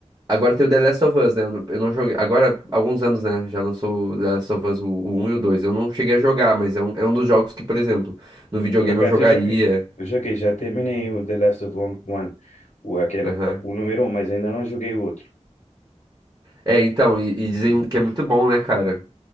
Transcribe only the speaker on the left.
Por acaso
eu joguei. Eu joguei, já terminei o The Last of One, One, o, aquele,
o número um, mas ainda não joguei o outro.